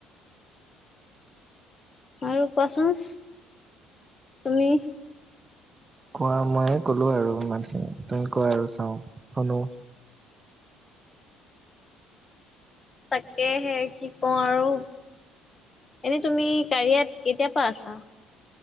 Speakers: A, on the left; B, on the right.
A: আৰু কোৱাচোন তুমি।
B: কোৱা মই কলো আৰু ইমানখিনি তুমি কোৱা আৰু চাওঁ শুনো।
A: তাকে সে কি কওঁ আৰু। এনেই তুমি কাৰিয়াত কেতিয়া পৰা আছা।